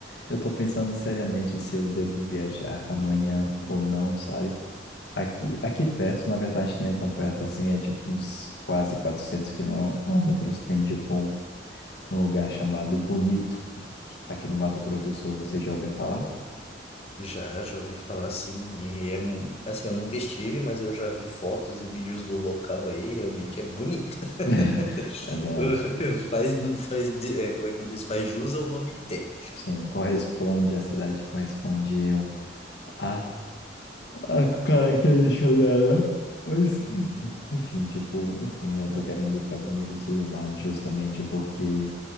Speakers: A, on the left; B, on the left.
A: Eu tô pensando seriamente se eu devo viajar amanhã ou não, sabe? Aqui, aqui perto, na verdade, não é tão perto assim, é tipo uns quase quatrocentos quilômetros, tem tipo um, um lugar chamado Bonito, aqui no Mato Grosso do Sul, você já ouviu falar?
B: Já, já ouvi falar sim. E é mu- assim, eu nunca estive, mas eu já vi fotos e vídeos do local aí, realmente é bonito.
A: <laughs>
B: <laughs>
A: Exato.
B: Faz, faz, de- é, como é que diz? Faz jus ao nome que tem.
A: Sim, corresponde, a cidade corresponde a, a a característica dela. Mas,
B: Uhum.
A: enfim, enfim, tipo, enfim, eu tô querendo ir pra Bonito e tudo mais, justamente porque,